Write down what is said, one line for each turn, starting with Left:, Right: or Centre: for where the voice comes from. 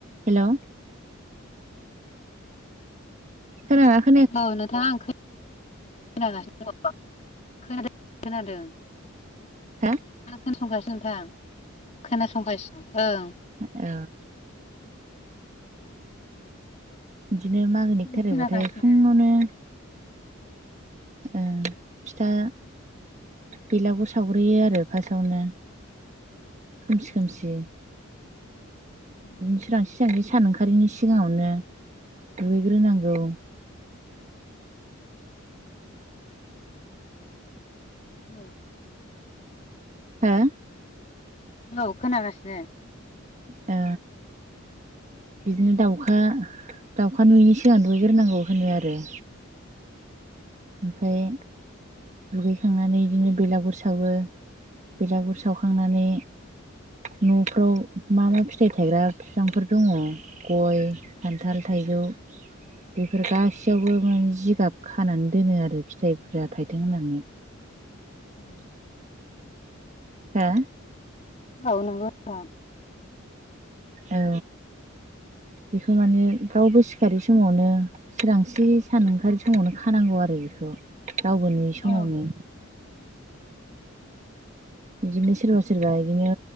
Right: हेलौ। खोना
Left: औ नोंथांङा आं खोनागासिनो दंङो खोनादों खोनादों।
Right: हा।
Left: आं खोनासंगासिनो नोंथां खोनासंगासिनो ओं।
Right: औ। बिदिनो मागोनि
Left: आं
Right: एक थारिबाथाय
Left: खोनागासिनो
Right: फुंङावनो ओं फिथा बेलागुर सावग्रोयो आरो फासावनो खोमसि खोमसि
Left: औ
Right: सोरांसि सोरांसि सान ओंखारिनि सिगांङावनो दुगैग्रोनांगौ।
Left: औ।
Right: हो
Left: औ खोनागासिनो
Right: ओ बिदिनो दाउखा दाउखा नुयैनि सिगां दुइग्रोनांगौ होनो आरो। ओमफ्राय
Left: औ
Right: दुगैखांनानै बिदिनो बेलागुर सावो बेलागुर सावखांनानै न'फ्राव मा मा फिथाइ थायग्रा बिफांफोर दंङो। गय खान्थाल थाइजौ बेफोर गासैयावबो माने जिगाब खानानै दोनो आरो फिथाइफोरा थाइथों होननानै
Left: औ।
Right: हो
Left: औ नंगौ नोंथां।
Right: औ बेखौ माने रावबो सिखारै समावनो सोरिरांस्रि सान ओंखारै समावनो खानांगौ आरो बेखौ रावबो नुयै समावनो
Left: औ
Right: बिदिनो सोरबा सोरबा बिदिनो